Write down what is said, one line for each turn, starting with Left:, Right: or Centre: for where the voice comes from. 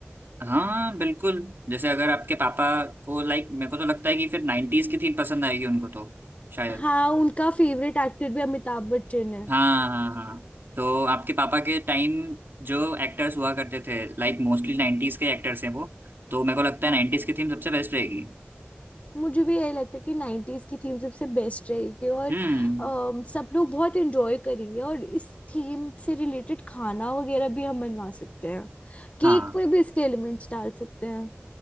Right: हाँ बिल्कुल जैसे अगर आपके पापा को लाइक मेरे को तो लगता है कि फिर नाइन्टीज की थीम पसंद आएगी उनको तो शायद।
Left: हाँ उनका फेवरेट एक्टर भी अमिताभ बच्चन
Right: हाँ हाँ हाँ तो आपके पापा के टाइम जो एक्टर्स हुआ करते थे लाइक मोस्टली नाइन्टीज के एक्टर्स हैं वो तो मेरे को लगता
Left: है
Right: है नाइन्टीज की थीम सबसे बेस्ट रहेगी
Left: मुझे भी यही लगता है कि 90s की थीम सबसे बेस्ट रहेगी और
Right: हम्म
Left: अम, सब लोग बहुत एंजॉय करेंगे और इस थीम से रिलेटेड खाना वगैरह भी हम बनवा सकते हैं केक
Right: हाँ
Left: में भी इसके एलिमेंट्स डाल सकते हैं